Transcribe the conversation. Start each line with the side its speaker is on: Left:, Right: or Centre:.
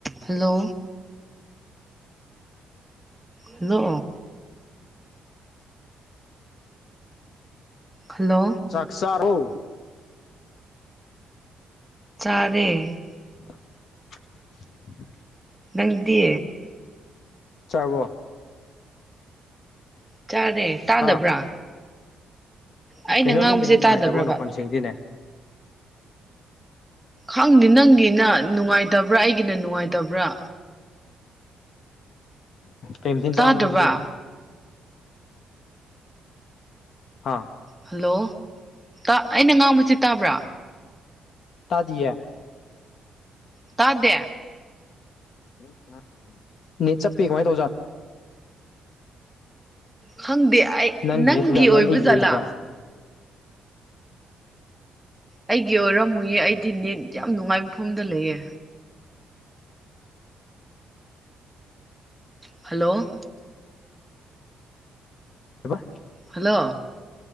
Centre: Hello hello hello
Left: ꯆꯥꯛ ꯆꯥꯔꯣ
Centre: ꯆꯥꯔꯦ
Left: <unintelligible>
Centre: ꯅꯪꯗꯤ
Left: ꯆꯥꯔꯕꯣ
Centre: ꯆꯥꯔꯦ ꯇꯥꯗꯕ꯭ꯔꯥ
Left: ꯍꯥ
Centre: ꯑꯩꯅ
Left: ꯀꯩꯅꯣ
Centre: ꯉꯥꯡꯕꯁꯦ
Left: ꯅꯪꯒꯤ ꯅ‌ꯦꯠ
Centre: ꯇꯥꯗꯕ꯭ꯔꯕ
Left: ꯅꯨꯡꯉꯥꯏꯇꯕ꯭ꯔꯣ ꯅꯈꯣꯟ ꯁꯦꯡꯗꯦꯅꯦ
Centre: ꯈꯪꯗꯦ ꯅꯪꯒꯤꯅ ꯅꯨꯡꯉꯥꯏꯇꯕ꯭ꯔꯥ ꯑꯩꯒꯤꯅ ꯅꯨꯡꯉꯥꯏꯇꯕ꯭ꯔꯥ
Left: ꯀꯩ ꯃꯊ‌‌ꯦꯟ
Centre: ꯇꯥꯗꯕ꯭ꯔꯥ
Left: ꯆꯥꯕꯅꯣꯉꯁꯤꯗꯤ ꯍꯥ
Centre: ꯍꯜꯂꯣ ꯇꯥ ꯑꯩꯅ ꯉꯥꯡꯕꯁꯤ ꯇꯥꯕ꯭ꯔꯥ
Left: ꯇꯥꯗꯤꯌꯦ
Centre: ꯇꯥꯗꯦ
Left: <unintelligible> ꯅꯦꯠ ꯆꯞꯄꯤ ꯀꯃꯥꯏ ꯇꯧꯖ
Centre: ꯈꯪꯗꯦ ꯑꯩ
Left: ꯅꯪ
Centre: ꯅꯪꯒꯤ
Left: ꯅꯦꯠ ꯑꯣꯏꯖꯥꯠꯂ
Centre: ꯑꯣꯏꯕ
Left: ꯑꯩꯒꯤ
Centre: ꯖꯥꯠꯂꯥ
Left: ꯑꯣꯏꯖꯥꯠꯂ
Centre: ꯑꯩꯒꯤ ꯑꯣꯏꯔꯝꯃꯣꯏꯌꯦ ꯑꯩꯗꯤ ꯅꯦꯠ ꯌꯥꯝ ꯅꯨꯡꯉꯥꯏꯕ ꯃꯐꯝꯗ ꯂꯩꯌꯦ ꯍꯜꯂꯣ
Left: ꯀꯩꯕꯥ
Centre: ꯍꯜꯂꯣ